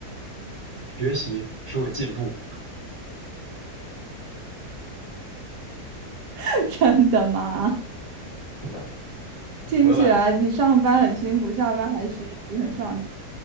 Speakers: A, on the right; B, on the right.
A: 学习使我进步，
B: <laughs> 真的吗？
A: 真的。
B: <laughs> 听起来你上班很辛苦，
A: 博览
B: 下班还学习很上进，